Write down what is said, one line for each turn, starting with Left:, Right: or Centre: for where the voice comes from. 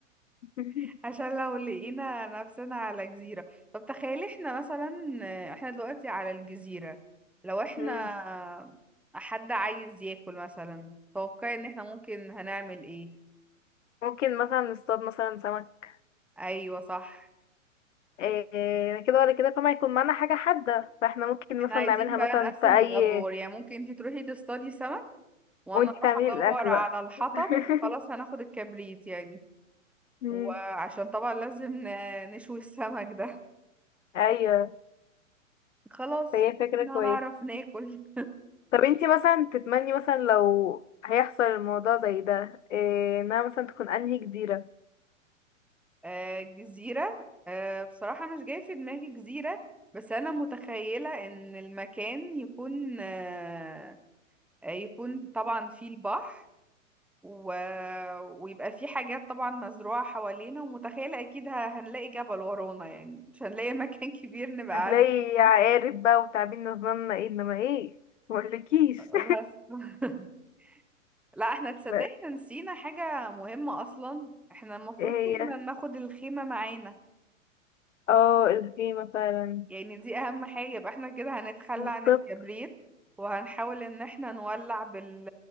Left: <laughs>
Centre: <laughs> عشان لو لقينا نفسنا على جزيرة طب تخيلي احنا مثلا احنا دلوقتي على الجزيرة لو احنا
Left: مم.
Centre: حد عايز ياكل مثلا توقعي ان احنا ممكن هنعمل ايه
Left: ممكن مثلا نصطاد مثلا سمك
Centre: ايوه صح
Left: إيه إيه، كده ولا كده طبعا يكون معانا حاجه حاده فاحنا ممكن
Centre: احنا
Left: مثلا
Centre: عايزين
Left: نعملها
Centre: بقى
Left: مثلا
Centre: نقسم
Left: في اي
Centre: الادوار يعني ممكن انتي تروحي تصطادي سمك وانا
Left: وانتي
Centre: اروح
Left: تعملي الاكل
Centre: ادور على
Left: بقى
Centre: الحطب
Left: <laughs>
Centre: احنا خلاص هناخد الكبريت يعني
Left: مم.
Centre: وعشان طبعا لازم ن- نشوي السمك ده
Left: ايوه
Centre: <laughs> خلاص
Left: فهي فكره
Centre: ادينا
Left: كويسه
Centre: هنعرف ناكل
Left: طب انتي مثلا تتمني مثلا لو هيحصل الموضوع زي ده إيه انها مثلا تكون انهي جزيرة
Centre: <laughs> آه، جزيرة آه، بصراحة مش جاي في دماغي جزيرة بس أنا متخيلة إن المكان يكون آه، آه، يكون طبعا فيه البحر و... ويبقى فيه حاجات طبعا مزروعة حوالينا ومتخيلة أكيد ه- هنلاقي جبل ورانا يعني مش هنلاقي مكان <laughs> كبير نبقى
Left: هتلاقي
Centre: قاعدين فيه
Left: عقارب بقى وتعابين نظامنا ايه انما ايه مقولكيش
Centre: بس
Left: <laughs>
Centre: <laughs> لا احنا تصدق
Left: ايه
Centre: احنا نسينا حاجة مهمة اصلا احنا المفروض
Left: هي
Centre: كنا ناخد الخيمة معانا
Left: اه الخيمة فعلا
Centre: يعني دي اهم حاجة يبقى احنا كده هنتخلى
Left: بالظبط
Centre: عن الكبريت وهنحاول ان احنا نولع بال